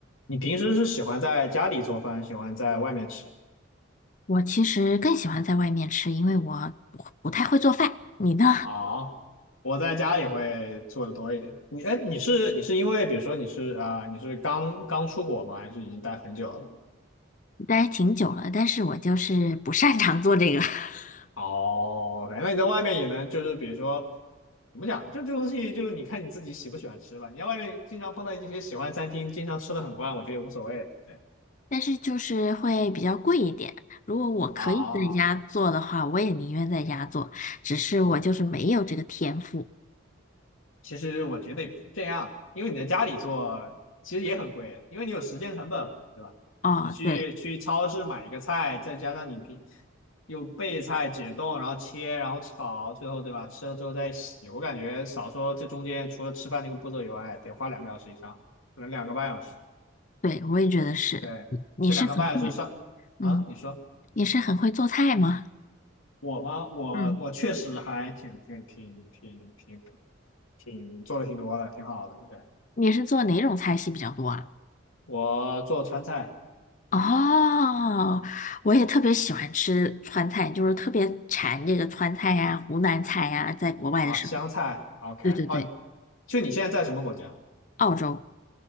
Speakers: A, on the left; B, on the left.
A: 你平时是喜欢在家里做饭，喜欢在外面吃？
B: 我其实更喜欢在外面吃，因为我不不太会做饭。你呢？
A: 啊？我在家里会做的多一点。你哎，你是你是因为比如说你是啊、你是刚刚出国吗？还是已经待很久了？
B: 待挺久了，但是我就是不擅长做这个，<laughs>
A: 哦，那你在外面也能就是比如说怎么讲，就这东西就你看你自己喜不喜欢吃吧。你在外面经常碰到一些喜欢餐厅，经常吃的很惯，我觉得也无所谓。对，
B: 但是就是会比较贵一点。如果我可以在家做的话，
A: 啊，
B: 我也宁愿在家做，只是我就是没有这个天赋。
A: 嗯。其实我觉得也不是这样，因为你在家里做其实也很贵因为你有时间成本嘛，对吧？
B: 哦，
A: 你去去超市买一个菜，
B: 对
A: 再加上你平又备菜、解冻，然后切，然后炒，最后对吧？吃了之后再洗，我感觉少说这中间除了吃饭这个步骤以外，得花两个小时以上，可能两个半小时。
B: 对，我也觉得是。
A: 对，
B: 你是很会，
A: 这两个半小时上啊，
B: 嗯，
A: 你说
B: 你是很会做菜吗？
A: 我吗？我我确实还挺挺挺挺挺
B: 嗯，
A: 挺做的挺多的，挺好的。对，
B: 你是做哪种菜系比较多啊？
A: 我做川菜。
B: 哦，我也特别喜欢吃川菜，就是特别馋这个川菜呀、湖南菜呀，在国外的时候。
A: 啊，香菜，OK，
B: 对对对，
A: 哦，就你现在在什么国家？
B: 澳洲